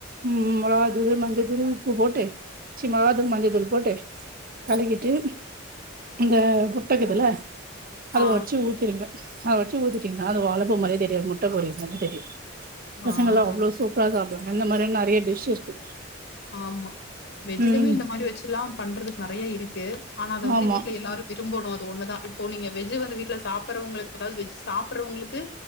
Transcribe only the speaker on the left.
ஆ
ஆ
ஆமா வெஜ்லயுமே
இந்த மாரி வச்சுல்லா பண்றதுக்கு நிறைய இருக்கு ஆனா அத வந்து
வீட்டுல எல்லாரு விரும்பணு அது ஒண்ணுதா இப்போ நீங்க வெஜ்ஜு வந்து வீட்டுல சாப்புறவங்களுக்கு அதாது வெஜ் சாப்பிறவங்களுக்கு